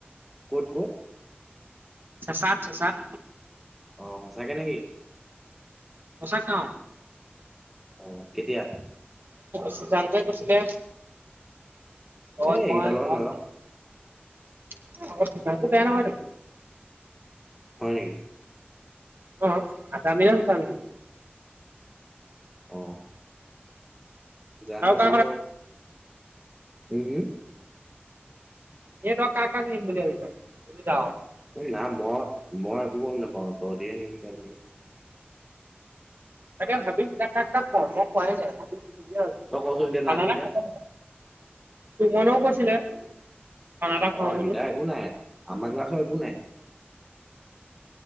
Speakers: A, in the centre; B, on the right.
A: কত-কত
B: চেচান-চেচান <unintelligible>
A: অ সচাকে নেকি? <unintelligible>
B: সছা কাম <unintelligible>
A: অ কেতিয়া <unintelligible>
B: শচাংই কৈছিলে ত‌ই
A: এ এইকেইটাৰ
B: মই
A: লগত
B: আৰু
A: নাযাওঁ
B: <unintelligible> <unintelligible> বেয়া নহয়টো
A: হয় নেকি? <unintelligible>
B: অ আটা আমিল চাল <unintelligible>
A: অঁ <unintelligible> জানো
B: আৰু কাৰ
A: হল
B: কথা
A: <unintelligible> উম <inaudible>
B: এইটো কাক-কাক নিম বুলি ভাবিছ দুইটাও <unintelligible>
A: না মই-ম‌ই একো গম নপাও তহঁতি হে নিবি <unintelligible>
B: তাকে ভাবিছোঁ এতিয়া কাক-কাক ক‌ওঁ মই কোৱাই নাই
A: তই কচোন এতিয়া নামকেইটা
B: <unintelligible> সুমনেও কৈছিলে <unintelligible> খাওঁ
A: অ
B: বুলি
A: গীতা একো নাই আমাৰ ক্লাছৰ একো নাই <unintelligible>